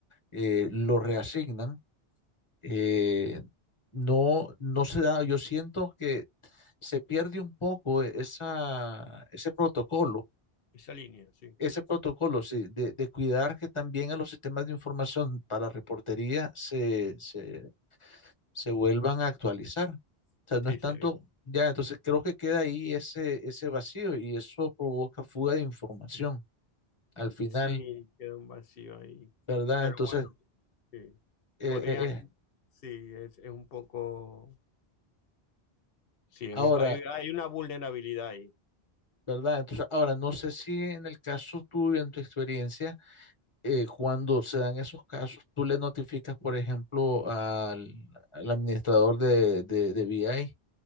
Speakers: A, on the left; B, on the left.
A: eh, lo reasignan eh, no, no se da, yo siento que se pierde un poco esa, ese protocolo,
B: Esa línea, sí.
A: ese protocolo, sí, de, de cuidar que también a los sistemas de información para reportería se, se, se vuelvan a actualizar. O sea, no
B: Sí,
A: es tanto,
B: se-
A: ya, entonces creo que queda ahí ese, ese vacío y eso provoca fuga de información al final,
B: sí, queda un vacío ahí.
A: ¿verdad?
B: Pero
A: Entonces,
B: bueno, sí.
A: eh,
B: Podrían,
A: eh, eh,
B: sí, es, es un poco, sí,
A: ahora,
B: es un, hay, hay una vulnerabilidad ahí.
A: ¿verdad? Entonces, ahora, no sé si en el caso tuyo, en tu experiencia, eh, cuando se dan esos casos, tú le notificas, por ejemplo, al, al administrador de, de, de BI